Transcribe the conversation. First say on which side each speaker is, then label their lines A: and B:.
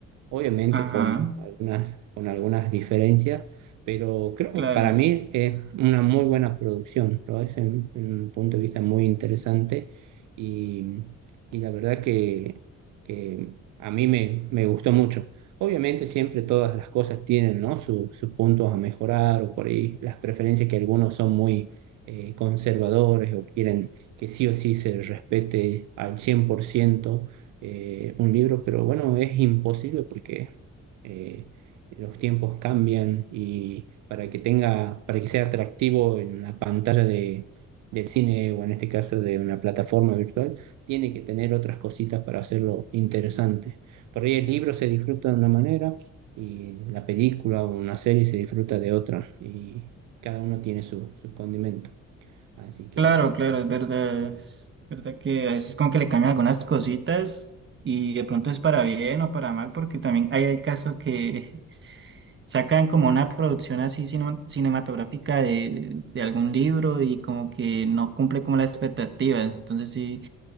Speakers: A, on the right (about 75°); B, on the right (about 40°).
A: obviamente
B: Ajá,
A: con algunas, con algunas diferencias, pero creo que
B: claro,
A: para mí es una muy buena producción, lo es en, en un punto de vista muy interesante y, y la verdad que, que a mí me, me gustó mucho. Obviamente siempre todas las cosas tienen, ¿no? su- sus puntos a mejorar o por ahí las preferencias que algunos son muy eh, conservadores o quieren que sí o sí se respete al 100% eh, un libro, pero bueno, es imposible porque eh, los tiempos cambian y para que tenga, para que sea atractivo en la pantalla de, del cine o en este caso de una plataforma virtual, tiene que tener otras cositas para hacerlo interesante. Por ahí el libro se disfruta de una manera y la película o una serie se disfruta de otra y cada uno tiene su, sus condimentos. Así que
B: claro, claro, es verdad, es verdad que a veces como que le cambian algunas cositas y de pronto es para bien o para mal porque también hay el caso que <laughs> sacan como una producción así cine- cinematográfica de, de- de algún libro y como que no cumple como la expectativa. Entonces sí,